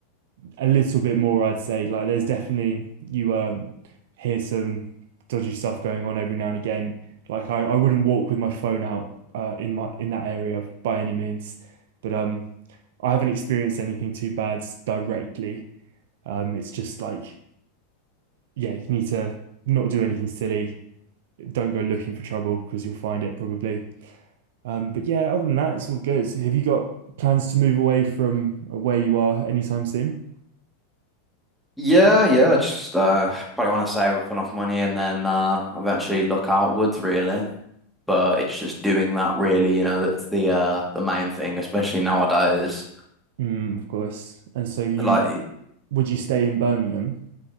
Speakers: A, on the right (about 70°); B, in the centre.
A: a little bit more, I'd say. Like there's definitely you um hear some dodgy stuff going on every now and again. Like I, I wouldn't walk with my phone out uh in my in that area by any means. But um I haven't experienced anything too bad directly. Um it's just like yeah, you need to not do anything silly. Don't go looking for trouble because you'll find it probably. Um but yeah, other than that, it's all good. Have you got plans to move away from uh, where you are anytime soon?
B: Yeah, yeah, just uh probably want to save up enough money and then uh eventually look outwards really. But it's just doing that really, you know, that's the uh the main thing, especially nowadays.
A: Mm, of course. And so you
B: Like
A: Would you stay in Birmingham?